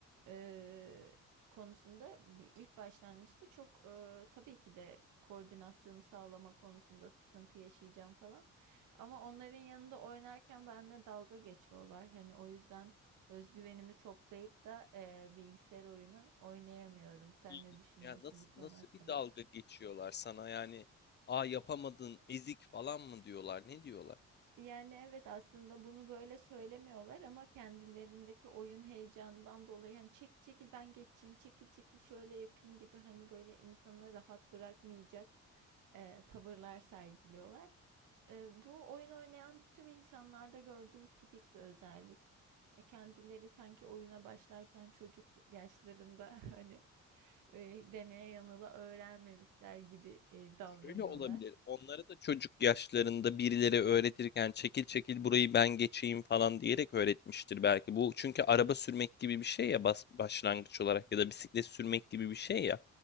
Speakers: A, on the right (about 90°); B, on the left (about 35°).
A: eee, konusunda bir- ilk başlangıçta çok eee, tabii ki de koordinasyonu sağlama konusunda sıkıntı yaşayacağım falan.
B: Hı hı.
A: Ama onların yanında oynarken benimle dalga geçiyorlar. Hani o yüzden özgüvenimi toplayıp da eee, bilgisayar oyunu oynayamıyorum. Sen
B: İlginç.
A: ne düşünüyorsun
B: Ya nasıl
A: bu konu
B: nasıl
A: hakkında?
B: bir dalga geçiyorlar sana yani? Aa yapamadın, ezik falan mı diyorlar? Ne diyorlar?
A: Yani evet aslında bunu böyle söylemiyorlar ama kendilerindeki oyun heyecanından dolayı hani çekil çekil ben geçeyim, çekil çekil şöyle yapayım gibi hani böyle insanı rahat bırakmayacak eee, tavırlar sergiliyorlar. Eee, bu oyun oynayan tüm insanlarda gördüğüm tipik bir özellik. E, kendileri sanki oyuna başlarken çocuk yaşlarında <laughs> hani e, deneye yanıla öğrenmemişler gibi e, davranıyorlar.
B: Şöyle olabilir. Onlara da çocuk yaşlarında birileri öğretirken çekil çekil burayı ben geçeyim falan diyerek öğretmiştir belki. Bu çünkü araba sürmek gibi bir şey ya bas- başlangıç olarak ya da bisiklet sürmek gibi bir şey ya.